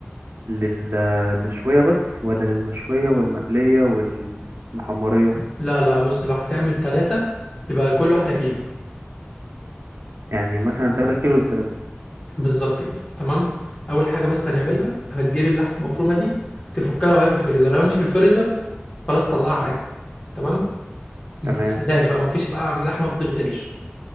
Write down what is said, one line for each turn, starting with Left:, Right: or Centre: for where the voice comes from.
Right: للمشوية بس ولا للمشوية والمقلية والمحمرية
Left: لا لا بص لو هتعمل تلاته يبقى لكل واحده كيلو
Right: يعني مثلا تلاتة كيلو للتلاتة
Left: بالظبط كده تمام اول حاجه بس هنعملها هتجيب اللحمه المفرومه دي تفكها لو هي في الفريزر لو هي مش في الفريزر خلاص طلعها عادي تمام ما
Right: تمام
Left: بتغسلهاش بقى مفيش بقى لحمه ما بتتغسلش